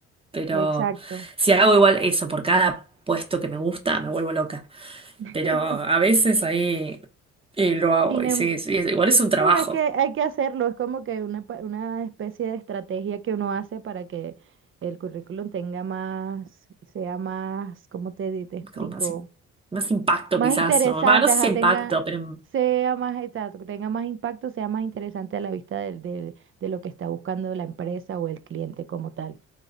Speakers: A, on the right (about 20°); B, on the right (about 45°).
A: Pero
B: exacto.
A: si hago igual eso por cada puesto que me gusta, me vuelvo loca.
B: <laughs>
A: Pero a veces ahí eh, lo hago
B: Sin
A: y
B: em-
A: sí, sí, es- igual es un trabajo,
B: No, es que hay que hacerlo, es como que una, pa- una especie de estrategia que uno hace para que el currículum tenga más, sea más, ¿cómo te, di- te explico?
A: como más, im- más impacto
B: Más
A: quizás,
B: interesante,
A: ¿no? Va, no sé
B: ajá,
A: si impacto,
B: tenga,
A: pero...
B: sea más, exacto, que tenga más impacto, sea más interesante a la vista del- del- de, lo que está buscando la empresa o el cliente como tal.